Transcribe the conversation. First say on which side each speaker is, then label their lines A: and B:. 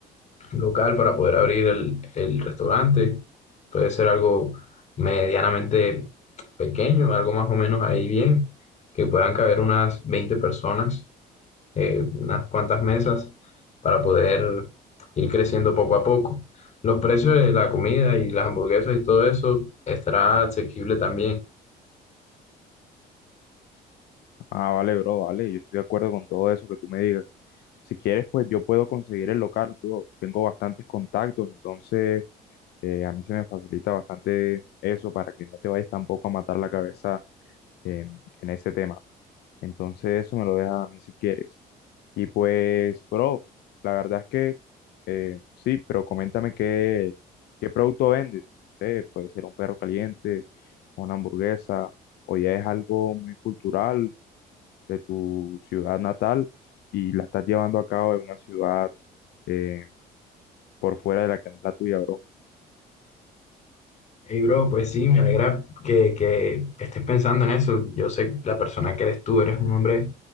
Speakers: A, on the left; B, on the left.
A: local para poder abrir el, el restaurante. Puede ser algo medianamente pequeño, algo más o menos ahí bien, que puedan caber unas 20 personas, eh, unas cuantas mesas para poder ir creciendo poco a poco. Los precios de la comida y las hamburguesas y todo eso estará asequible también.
B: Ah, vale, bro, vale, yo estoy de acuerdo con todo eso que tú me digas. Si quieres, pues yo puedo conseguir el local, bro. Tengo bastantes contactos, entonces Eh, a mí se me facilita bastante eso para que no te vayas tampoco a matar la cabeza en, en ese tema. Entonces eso me lo dejas a mí si quieres. Y pues, bro, la verdad es que eh, sí, pero coméntame qué, qué producto vendes. No sé, puede ser un perro caliente, una hamburguesa, o ya es algo muy cultural de tu ciudad natal y la estás llevando a cabo en una ciudad eh, por fuera de la que no es la tuya, bro.
A: Hey, bro, pues sí, me alegra que, que estés pensando en eso. Yo sé la persona que eres tú, eres un hombre